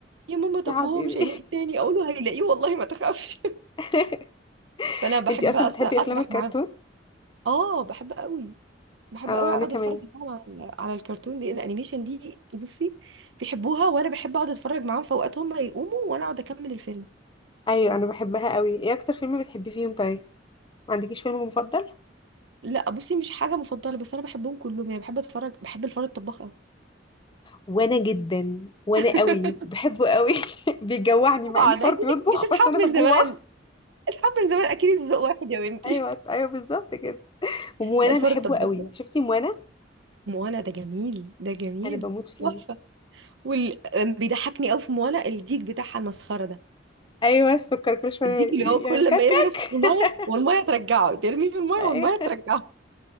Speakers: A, on the right; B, on the left.
A: يا ماما طب
B: يا حبيبي
A: هو مش هيلاقي التاني اقول له هيلاقيه والله ما تخافش
B: <laughs>
A: <laughs> فانا بحب
B: انتي اصلا
A: أس-
B: بتحبي
A: اسرح
B: افلام الكرتون
A: معاهم اه بحب قوي بحب
B: اه
A: قوي اقعد
B: انا كمان
A: اتفرج معاهم على ال- على الكرتون دي الانيميشن دي بصي بيحبوها وانا بحب اقعد اتفرج معاهم في اوقات هم يقوموا وانا اقعد اكمل الفيلم
B: ايوه انا بحبها قوي ايه اكتر فيلم بتحبي فيهم طيب ما عندكيش فيلم مفضل
A: لا بصي مش حاجه مفضله بس انا بحبهم كلهم يعني بحب اتفرج بحب الفار الطباخ قوي
B: وانا جدا وانا
A: <laughs>
B: قوي بحبه قوي <laughs> بيجوعني
A: طبعا
B: مع انه
A: اكيد
B: فار بيطبخ
A: مش اصحاب
B: بس انا
A: من
B: بجوع
A: زمان اصحاب من زمان اكيد الذوق واحد يا بنتي
B: ايوه ايوه بالظبط كده وموانا
A: لا الفار
B: بحبه
A: الطباخ
B: قوي
A: ده
B: شفتي موانا
A: <laughs> موانا ده جميل ده جميل
B: انا بموت فيه
A: تحفه وال... بيضحكني قوي في موانا الديك بتاعها المسخره ده
B: ايوه السكر كل شويه
A: الديك اللي هو كل
B: يعمل كاكا
A: لما يرمي نفسه
B: <laughs>
A: في الميه والميه ترجعه ترميه في الميه
B: ايوه
A: والميه ترجعه